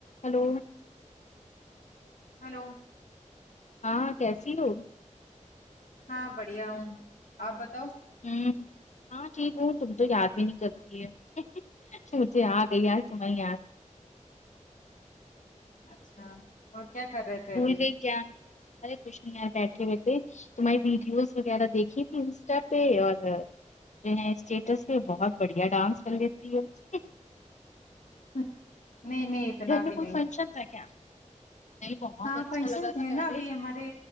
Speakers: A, on the left; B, on the left.
A: Hello
B: hello
A: ہاں کیسی ہو
B: ہاں بڑھیا ہوں آپ بتاؤ
A: ہوں ہاں ٹھیک ہوں تم تو یاد بھی نہیں کرتی ہے سی جی آ گئی آ تو میں یاد
B: اچھا اور کیا کر رہے تھے
A: بھول
B: ابھی
A: گئی کیا ارے کوشھ نہیں ار بیٹھے ہوئے تھے تمہاری ویڈیوز وغیرہ دیکھی تھی انسٹا پہ اور جو اسٹیٹس پہ بہت بڑھیا ڈانس کر لیتی ہے
B: نہیں نہیں اتنا
A: گھر میں
B: بھی
A: کوئی
B: نہیں
A: فنکشن تھا کیا نہیں بہت
B: ہاں
A: اچھا
B: فنشن
A: لگا
B: تھ
A: تھا پہلے
B: نا ابھی ہمارے